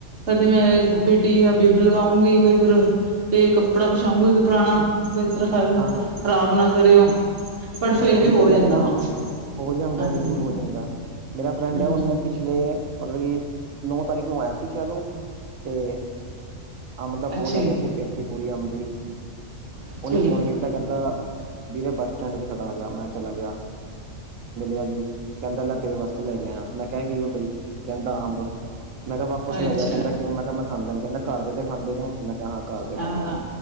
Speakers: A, on the right; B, on the right.
A: ਕਦੇ ਮੈਂ ਬੇਟੀ ਬਿੱਬ ਲਗਾਉਂਗੀ ਕਈ ਫਿਰ ਤੇ ਕੱਪੜਾ ਵਿਛਾਉਂਗੀ ਕੋਈ ਪੁਰਾਣਾ ਬਿਸਤਰਾ <unintelligible>
B: ਹਾਂ ਹਾਂ
A: ਖ਼ਰਾਬ ਨਾ ਕਰੇ ਓ। ਬਟ
B: ਹਾਂ
A: ਫੇਰ
B: ਉਹੀ
A: ਵੀ
B: ਤਾਂ
A: ਹੋ
B: ਕਹਿ
A: ਜਾਂਦਾ
B: ਰਿਹਾ ਨਾ
A: ਵਾ।
B: ਹੋ ਜਾਂਦਾ
A: ਹਾਂਜੀ
B: ਬਿਲਕੁਲ ਹੋ ਜਾਂਦਾ, ਮੇਰਾ ਫਰੈਂਡ
A: ਹਾਂਜੀ
B: ਏ ਉਨੇ ਪਿੱਛੇ -ਲੇ ਮਤਲਬ ਕਿ ਨੌ ਤਾਰੀਕ ਨੂੰ ਆਇਆ ਸੀ, ਸ਼ਾਇਦ ਉਹ ਤੇ ਅੰਬ ਦਾ ਪੋ
A: ਅੱਛਾ
B: ਲੈ
A: ਜੀ
B: ਕੇ ਆਇਆ ਸੀ ਪੇਟੀ ਪੂਰੀ ਅੰਬ ਦੀ,
A: ਅੱਛਾ
B: ਉਨੇ ਫੋਨ
A: ਜੀ
B: ਕੀਤ ਤੇ ਕਹਿੰਦਾ ਵੀਰੇ ਬੱਸ ਸਟੈਂਡ ਤੇ ਖੜਾ, ਆ ਗਿਆ। ਮੈਂ ਚਲਾ ਗਿਆ ਮਿਲਿਆ ਜੀ। ਕਹਿੰਦਾ ਲੈ ਤੇਰੇ ਵਾਸਤੇ ਲੈ ਕੇ ਆਇਆ, ਮੈਂ ਕਿਹਾ ਇਹ ਕੀ ਆ ਬਈ ਕਹਿੰਦਾ ਅੰਬ, ਮੈਂ ਕਿਹਾ ਵਾਪਸ
A: ਅੱਛਾ
B: ਲੈ ਜਾ ਕਹਿੰਦਾ ਕਿਉਂ ਮੈਂ ਕਿਹਾ ਮੈ ਖਾਂਦਾ ਨੀ, ਕਹਿੰਦਾ ਘਰਦੇ ਤੇ ਖਾਂਦੇ ਨੇ। ਮੈਂ ਕਿਹਾਂ ਹਾ ਘਰਦੇ
A: ਹਾਂ
B: ਖਾਂਦੇ ਨੇ